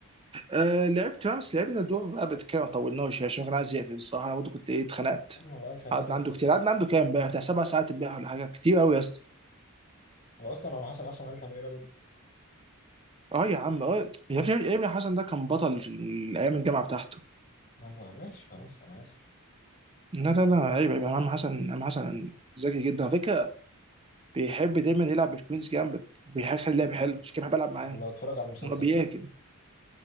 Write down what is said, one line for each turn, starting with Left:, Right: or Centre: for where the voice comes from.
Right: آه لعبت بقى بس لعبنا دور رابط كده ما طولناش عشان كان عايز يقفل الصراحه انا برضه كنت ايه اتخنقت
Left: يا عم هو عارف يعني
Right: قعدنا
Left: ايه رابد
Right: عنده
Left: اصلا
Right: كتير قعدنا عنده كام امبارح بتاع سبع ساعات امبارح ولا حاجه كتير قوي يا اسطى
Left: هو اصلا هو حسن اصلا عارف يعني ايه رابد
Right: اه يا عم اه يا ابني يا ابني حسن ده كان بطل في ال- ايام الجامعه بتاعته
Left: ما هو ماشي خلاص انا اسف
Right: لا لا لا عيب عيب يعني عم حسن عم حسن ذكي جدا على فكره بيحب دايما يلعب بالكويز جامد وبيخلي اللعب حلو عشان كده بحب العب معاه
Left: ولو اتفرج على المسلسل
Right: إن هو بيهاجم
Left: بقى